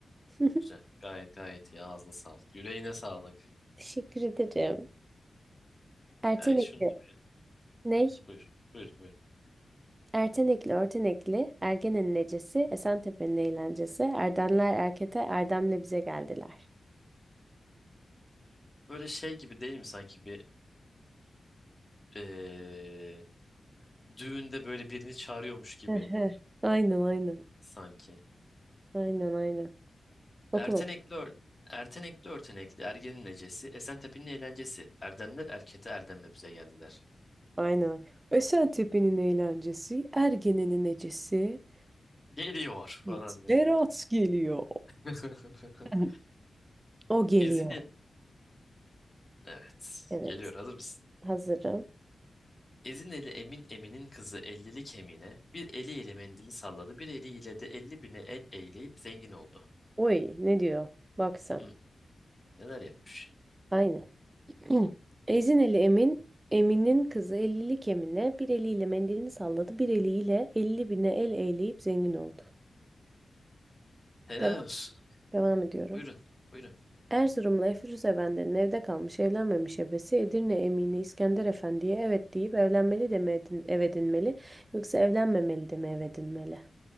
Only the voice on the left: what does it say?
Güzel. Gayet gayet iyi. Ağzına sağlık. Yüreğine sağlık.
Bir
daha şunu da bir...
Buyur. Buyur. Buyur.
Böyle şey gibi değil mi sanki bir eee, düğünde böyle birini çağırıyormuş gibi
sanki.
Ertenekli
ör- Ertenekli örtenekli ergenin necesi, Esentepe'nin eğlencesi. Erdenler erkete erdemle bize geldiler.
Geliyor falan
diye.
<laughs>
Ezine... Evet.
Geliyor. Hazır mısın?
Ezineli Emin Emin'in kızı Ellili Kemine bir eliyle mendili salladı, bir eliyle de elli bine el eğleyip zengin oldu.
Hı, neler yapmış?
Helal
olsun.
Buyurun, buyurun.